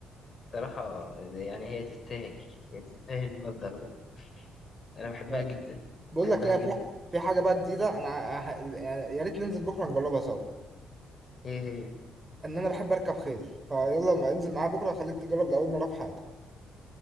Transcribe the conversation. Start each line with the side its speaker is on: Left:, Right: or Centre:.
Left: الصراحة يعني هي تستاهل هي تستاهل المبلغ ده أنا بحبها
Right: آه.
Left: جدا
Right: بقول
Left: بحبها
Right: لك ايه
Left: جدا
Right: في في حاجة بقى جديدة انا ه- يعني يا ريت ننزل بكرة نجربها سوا
Left: هي هي
Right: ان انا بحب اركب خيل فيلا ما انزل معايا بكرة خليك تجرب لأول مرة في حياتك